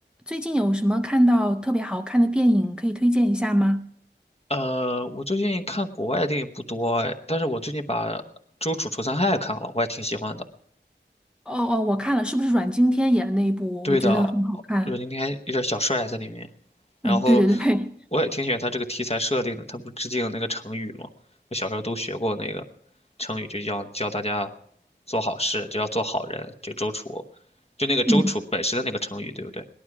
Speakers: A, in the centre; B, on the left.
A: 最近有什么看到特别好看的电影可以推荐一下吗？
B: 呃，我最近看国外的电影不多哎，但是我最近把《周处除三害》看了，我也挺喜欢的。
A: 哦哦，我看了，是不是阮经天演的那一部？
B: 对的，
A: 我觉得很好看。
B: 就是今还有点小帅在里面。然后
A: 嗯，对对对，
B: 我也挺喜欢他这个题材设定的，他不致敬那个成语吗？我小时候都学过那个成语，就叫教大家做好事，就要做好人，就周楚，就那个周楚本身的那个成语，
A: 嗯，
B: 对不对？